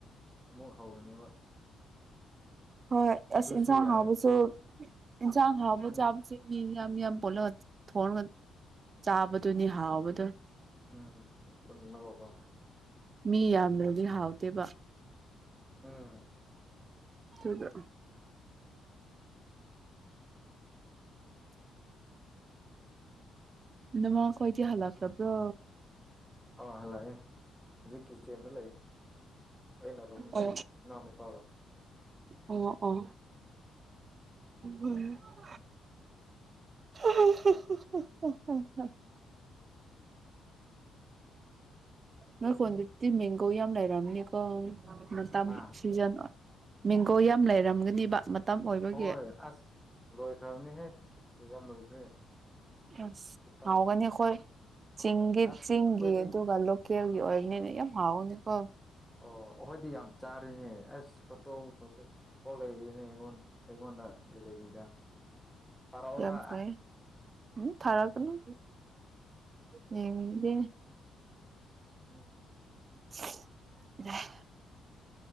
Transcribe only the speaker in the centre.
ꯑꯃꯨꯛ ꯍꯧꯔꯅꯦꯕ
ꯑꯗꯨꯁꯨ
ꯌꯥꯏ
ꯎꯝ
ꯎꯝ ꯄꯨꯜꯂꯒ ꯀꯣ
ꯎꯝ
ꯑ ꯍꯜꯂꯛꯑꯦ ꯍꯧꯖꯤꯛꯀꯤ ꯆꯦꯟꯗꯣꯂꯩ ꯑꯩꯅ ꯔꯨꯝꯗ
ꯏꯅꯥꯎꯅꯨꯄꯥꯒ
ꯍꯥ
ꯍꯣꯏ ꯑꯁ ꯂꯣꯏꯈ꯭ꯔꯝꯅꯤꯍꯦ ꯁꯤꯖꯟ ꯂꯣꯏꯈ꯭ꯔꯦ
ꯈꯤꯇꯪ
ꯑꯁ
ꯑꯩꯈꯣꯏꯗꯤ
ꯑ
ꯑꯣ ꯑꯣꯈꯣꯏꯗꯤ ꯌꯥꯝ ꯆꯥꯔꯤꯅꯦ ꯑꯁ ꯐꯣꯇꯣ <unintelligible> ꯂꯩꯔꯤꯅꯦ ꯑꯩꯉꯣꯟ ꯑꯩꯉꯣꯟꯗ ꯒꯦꯂꯔꯤꯗ ꯊꯥꯔꯛꯑꯣꯔꯥ
ꯎꯝ